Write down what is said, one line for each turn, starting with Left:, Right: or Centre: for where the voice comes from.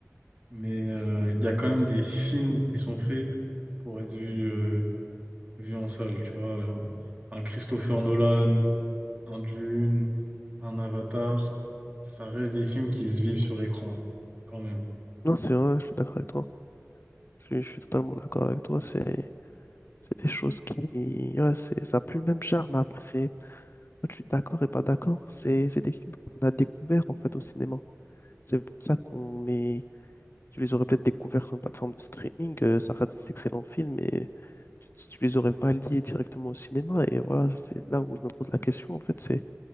Right: Mais euh, il y a quand même des films qui sont faits pour être vus, euh, vus en salle, tu vois. Euh, Un Christopher Nolan, un Dune, un Avatar. Ça reste des films qui se vivent sur l'écran, quand même.
Left: Non, c'est vrai, je suis d'accord avec toi. Je, je suis totalement d'accord avec toi. C'est c'est des choses qui. Ouais, c'est, ça n'a plus le même charme. Après, c'est. Je suis d'accord et pas d'accord. C'est c'est des films qu'on a découverts en fait au cinéma. C'est pour ça qu'on met. Tu les aurais peut-être découverts sur une plateforme de streaming. euh, ça reste des excellents films, mais tu, tu les aurais pas liés directement au cinéma. Et voilà, c'est là où je me pose la question. En fait, c'est.